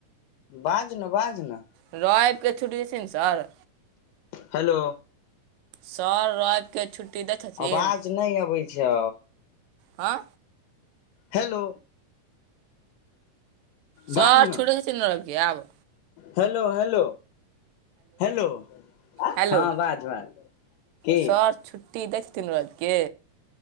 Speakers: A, on the left (about 80°); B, on the right (about 85°).
A: बाज न बाज न
B: रविके छुट्टी देथिन सर
A: हेलो
B: सर रविके छुट्टी दै छथिन
A: आवाज नहि अबै छै
B: हँ
A: हेलो
B: सर
A: बाज न
B: छुटै छथिन रविके आब
A: हेलो हेलो हेलो
B: हेलो
A: हँ बाज बाज की
B: सर छुट्टी दै छथिन रवि के